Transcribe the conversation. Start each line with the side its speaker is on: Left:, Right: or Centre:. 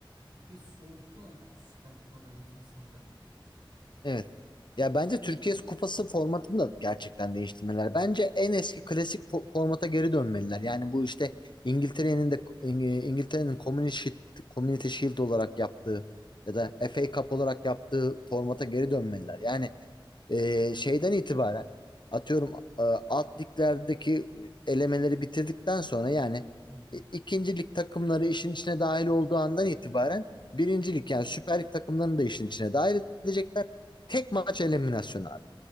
Right: bir soğuttular Süper Kupa'dan insanları.
Left: Evet.
Right: E,
Left: Ya bence
Right: şey,
Left: Türkiye Kupası formatını da gerçekten değiştirmeliler. Bence en eski klasik fo- formata geri dönmeliler. Yani bu işte İngiltere'nin de İng- İngiltere'nin Community Shield, Community Shield olarak yaptığı ya da FA Cup olarak yaptığı formata geri dönmeliler. Yani e, şeyden itibaren atıyorum e, alt liglerdeki elemeleri bitirdikten sonra yani
Right: hı,
Left: i- ikinci lig takımları işin içine dahil olduğu andan itibaren birinci
Right: hı. hı.
Left: lig yani Süper Lig takımlarını da işin içine dahil edecekler. Tek maç eliminasyonu abi.